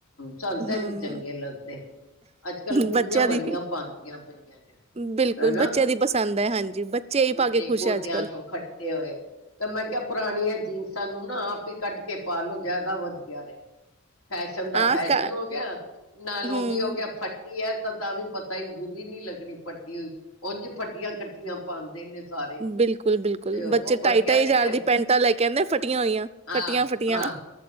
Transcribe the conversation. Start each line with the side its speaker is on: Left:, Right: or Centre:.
Left: ਸਾਨੂੰ
Right: ਹੂੰ
Left: ਤੇ ਨੀ ਚੰਗੇ ਲੱਗਦੇ ਅੱਜ-ਕੱਲ ਕੁੜੀਆਂ
Right: ਬੱਚਿਆਂ
Left: ਬੜੀਆਂ
Right: ਦੀ
Left: ਪਾਦੀਆਂ ਪਈਆਂ ਨੇ
Right: ਬਿਲਕੁਲ
Left: ਹਨਾ।
Right: ਬੱਚਿਆਂ ਦੀ ਪਸੰਦ ਹੈ ਹਾਂਜੀ ਬੱਚੇ ਹੀ
Left: ਗੋਡੇ
Right: ਪਾ ਕੇ ਖੁਸ਼
Left: ਗੋਡਿਆਂ
Right: ਹੈ ਅੱਜ ਕੱਲ
Left: ਤੋਂ ਫੱਟੇ ਹੋਏ ਤਾਂ ਮੈਂ ਕਿਹਾ ਪੁਰਾਨੀਆਂ ਜੀਨਸਾਂ ਨੂੰ ਨਾ ਆਪ ਈ ਕਟ ਕੇ ਪਾਲਾਂ ਜ਼ਿਆਦਾ ਵਧੀਆ ਨੇ। ਫੈਸ਼ਨ ਦਾ
Right: ਹਾਂ
Left: ਫੈਸ਼ਨ
Right: ਕ
Left: ਹੋ ਗੇਆ ਨਾਲ ਓ
Right: ਹਮ
Left: ਵੀ ਹੋ ਗੇਆ ਫੱਟੀ ਐ ਤਾਂ ਵੀ ਪਤਾ ਬੁਰੀ ਨੀ ਲੱਗਨੀ ਫੱਟੀ ਹੋਈ। ਉੰਝ ਫੱਟੀਆਂ ਕੱਟੀਆਂ ਪਾਉਂਦੇ ਨੇ ਸਾਰੇ
Right: ਬਿਲਕੁਲ, ਬਿਲਕੁਲ
Left: ਤੇ ਉਹ
Right: ਬੱਚੇ
Left: ਵਧੀਆ
Right: ਢਾਈ, ਢਾਈ
Left: ਨੀ
Right: ਜ਼ਾਰ
Left: ਹੈ
Right: ਦੀ ਪੈਂਟਾਂ ਲੈ ਕੇ ਆਦੇਂ ਫਟੀਆਂ ਹੋਈਆਂ,
Left: ਹਾਂ
Right: ਕਟੀਆਂ ਫਟੀਆਂ
Left: ਹਾਂ।